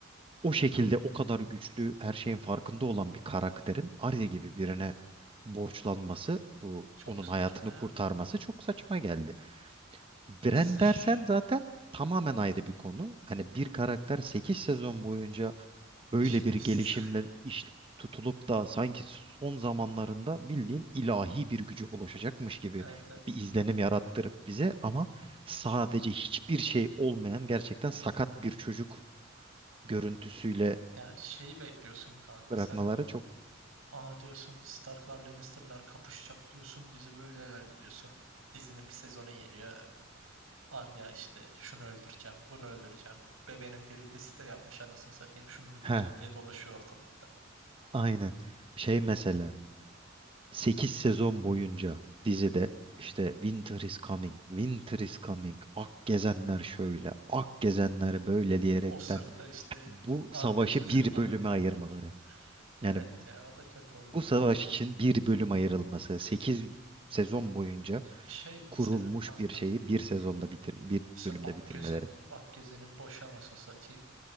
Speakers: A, on the right; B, on the right.
A: o şekilde o kadar güçlü her şeyin farkında olan bir karakterin Arya gibi birine borçlanması bu
B: Çok
A: onun
B: saçma
A: hayatını
B: ya.
A: kurtarması çok saçma geldi. Bran
B: Bir dizi de ş-
A: dersen zaten tamamen ayrı bir konu. Hani bir karakter 8 sezon boyunca böyle
B: işlevsiz.
A: bir gelişimle
B: <laughs>
A: iş tutulup da sanki son zamanlarında bildiğin ilahi bir gücü ulaşacakmış gibi
B: Evet evet.
A: bir izlenim yarattırıp bize ama sadece hiçbir şey olmayan gerçekten sakat bir çocuk görüntüsüyle
B: Ya şeyi bekliyorsun kanka.
A: bırakmaları
B: Sen
A: çok
B: aa diyorsun Starklar Lannister'lar kapışacak diyorsun. Dizi böyleler diyorsun. Dizinin bir sezonu geliyor. Arya işte şunu öldüreceğim, bunu öldüreceğim. Bebenin biri liste yapmış anasını satayım şunu öldüreceğim
A: he
B: diye dolaşıyor ortalıkta.
A: aynen şey mesela 8 sezon boyunca dizide işte Winter is coming, Winter is coming, Ak gezenler şöyle, Ak gezenler böyle diyerekten
B: O sırada işte
A: bu
B: Arya
A: savaşı
B: yüzü
A: bir
B: <laughs> Arya.
A: bölüme ayırmaları.
B: <laughs> Evet
A: Yani
B: ya o da kötü oldu.
A: Bu savaş için bir bölüm ayrılması, 8 sezon boyunca
B: Şey mesela
A: kurulmuş
B: kanka.
A: bir şeyi bir sezonda bitir, bir
B: Mesela
A: bölümde
B: Akgezen,
A: bitirmeleri.
B: Akgezen'in boşu anasını satayım.